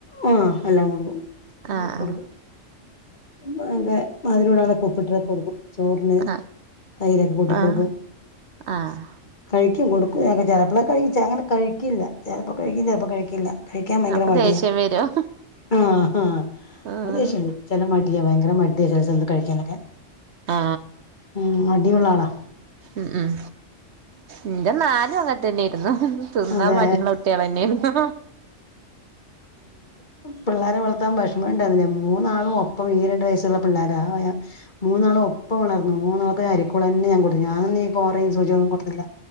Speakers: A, on the left; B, on the right.
A: ആ എല്ലാം കൊടുക്കും
B: ആഹ്
A: കൊടുക്കും. <unintelligible> മധിരടാതെ ഉപ്പിട്ട്ട്ടൊക്കെ കൊടുക്കും. ചോറിന്
B: ആഹ്
A: തൈരൊക്കെ കൂട്ടിക്കൊടുക്കും
B: ആഹ് ആഹ് ആഹ്
A: കഴി കും കൊടുക്കും ചേലെപ്പളെ കഴിക്കും അങ്ങനെ കഴിക്കില്ല ചെലപ്പോ കഴിക്കും ചെലപ്പോ കഴിക്കില്ല.. കഴിക്കാൻ ഭയങ്കര
B: അപ്പൊ
A: മടിയാ.
B: ദേഷ്യം വരും
A: ആ ആ
B: ആഹ്
A: ഉദേശം ചെല മടിയാ ഭയങ്കര മടിയ ചെല സമയത്ത് കഴിക്കാനൊക്കെ
B: ആ
A: ഉം മടിയുള്ള ആളാ
B: ഉ ഉം ഇന്റെ നാ <unintelligible> അങ്ങന തന്നെരുന്നു തിന്നാൻ
A: അതെ
B: മടിള്ള കുട്ടിയോളെന്ന് ന്നൊയിരുന്നു
A: പിള്ളാരെ വളർത്താൻ വിഷമുണ്ടതിനെ മൂന്നാളും ഒപ്പം ഈരണ്ടു വയസ്സുള്ള പിള്ളോര മൂന്നാളും ഒ ഇപ്പം വളർന്നു മൂന്നള്ക്കും <unintelligible> ഞാൻ കൊടുത്തു ഞാനൊന്നും ഈ കോറയും സൂചിയൊന്നും കൊടുത്തില്ല